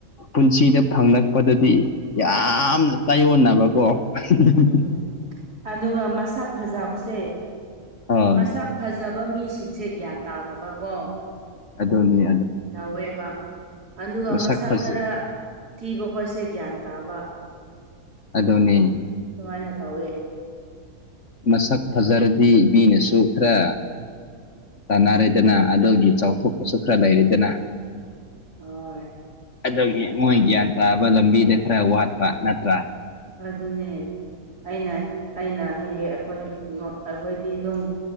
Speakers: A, on the left; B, on the right.
A: ꯄꯨꯟꯁꯤꯗ ꯐꯪꯂꯛꯄꯗꯗꯤ ꯌꯥꯝꯅ ꯇꯥꯏꯌꯣꯟꯅꯕꯀꯣ <unintelligible>
B: ꯎꯝ ꯑꯗꯨꯒ ꯃꯁꯛ ꯐꯖꯕꯁꯦ
A: ꯑꯥ
B: ꯃꯁꯥ ꯐꯖꯕ ꯃꯤꯁꯤꯡꯁꯦ ꯒ꯭ꯌꯥꯟ ꯇꯥꯗꯕꯀꯣ
A: ꯑꯗꯨꯗꯅꯦ
B: ꯇꯧꯋꯦꯕ ꯑꯗꯨꯒ
A: ꯃꯁꯛ
B: ꯃꯁꯥ
A: ꯐꯖ
B: ꯈꯔ ꯊꯤꯕ ꯈꯣꯠꯁꯦ ꯒ꯭ꯌꯥꯟ ꯇꯥꯕ
A: ꯑꯗꯣꯅꯦ
B: ꯁꯃꯥꯏꯅ ꯇꯧꯋꯦ
A: ꯃꯁꯛ ꯐꯖꯔꯗꯤ ꯃꯤꯅ ꯁꯣꯛꯈ꯭ꯔ ꯇꯥꯟꯅꯔꯦꯗꯅ ꯑꯗꯨꯒꯤ ꯆꯥꯎꯊꯣꯛꯄꯁꯨ ꯈꯔ ꯂꯩꯔꯦꯗꯅ
B: ꯍꯣꯏ
A: ꯑꯗꯨꯒꯤ ꯃꯣꯏ
B: ꯆꯞ
A: ꯒ꯭ꯌꯥꯟ ꯇꯥꯕ ꯂꯝꯕꯤꯗ ꯈꯔ ꯋꯥꯠ ꯄꯥ ꯅꯠꯇ
B: ꯑꯗꯨ ꯑꯗꯨꯅꯦ ꯑꯩꯅ ꯑꯩꯅ ꯍꯦꯛ ꯍꯦꯛ ꯑꯩꯈꯣꯏ ꯑꯩꯈꯣꯏꯗꯤ ꯑꯗꯨꯝ